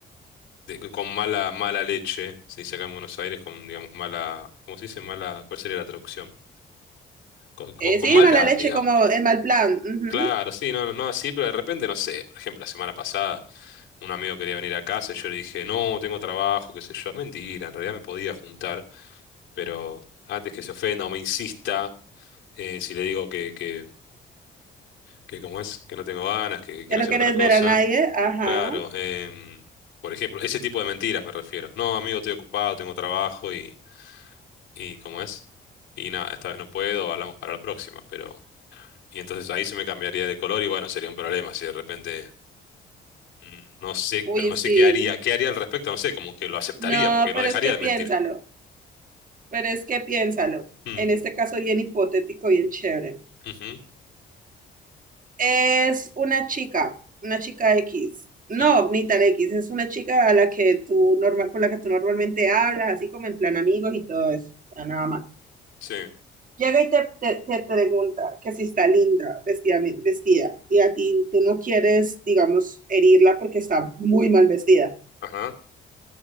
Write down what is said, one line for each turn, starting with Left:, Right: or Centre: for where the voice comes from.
Left: de- con mala, mala leche. Se dice acá en Buenos Aires con, digamos, mala, ¿cómo se dice? Mala, ¿cuál sería la traducción? Con,
Right: Eh,
Left: con, con
Right: sí,
Left: maldad,
Right: mala leche,
Left: digamos.
Right: como el mal plan. ujú.
Left: Claro, sí, no, no, no así, pero de repente, no sé, por ejemplo, la semana pasada un amigo quería venir a casa y yo le dije, no, tengo trabajo, qué sé yo, mentira, en realidad me podía juntar, pero antes que se ofenda o me insista, eh, si le digo que, que, que cómo es, que no tengo ganas, que, que quiero
Right: Ya no
Left: hacer
Right: quieres
Left: otra cosa,
Right: ver a nadie. Ajá.
Left: claro, em, por ejemplo, ese tipo de mentiras me refiero, no, amigo, estoy ocupado, tengo trabajo y, y cómo es, y nada, esta vez no puedo, hablamos para la próxima, pero... Y entonces ahí se me cambiaría de color y bueno, sería un problema si de repente... Mm, No sé,
Right: Uy,
Left: pero no
Right: sí.
Left: sé qué haría, qué haría al respecto, no sé, como que lo aceptaría,
Right: No,
Left: porque no
Right: pero
Left: dejaría
Right: es que
Left: de
Right: piénsalo.
Left: mentir.
Right: Pero es que piénsalo.
Left: Mm,
Right: En este caso, bien hipotético, bien chévere.
Left: ujú,
Right: Es una chica, una chica X. No,
Left: mm,
Right: ni tan X, es una chica a la que tú normal, con la que tú normalmente hablas, así como en plan amigos y todo eso. Ah, Nada más.
Left: sí,
Right: llega y te, te, te pregunta que si está linda, vestida, vestida, y a ti tú no quieres, digamos, herirla porque está muy mal vestida.
Left: ajá.